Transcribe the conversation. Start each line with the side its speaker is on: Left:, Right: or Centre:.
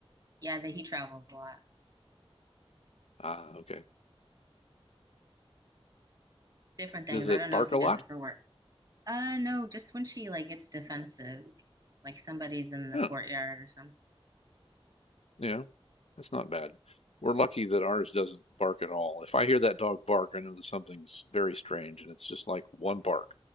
Right: Yeah, that he travels a lot.
Left: Ah, okay.
Right: Different things.
Left: Does
Right: I
Left: it
Right: don't know
Left: bark
Right: if he
Left: a
Right: does
Left: lot?
Right: it for work. Uh, no, just when she like gets defensive, like somebody's in the
Left: Huh.
Right: courtyard or something.
Left: Yeah, that's not bad. We're lucky that ours doesn't bark at all. If I hear that dog bark, I know that something's very strange, and it's just like one bark.